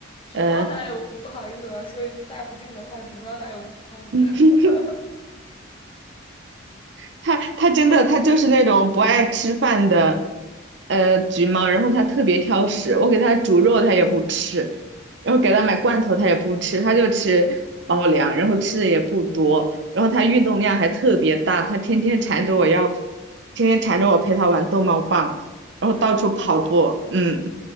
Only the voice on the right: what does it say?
呃，
<laughs>
它它真的它就是那种不爱吃饭的呃橘猫，然后它特别挑食，我给它煮肉它也不吃，然后给它买罐头它也不吃，它就吃猫粮，然后吃的也不多，然后它运动量还特别大，它天天缠着我要，天天缠着我陪它玩逗猫棒，然后到处跑步，
嗯。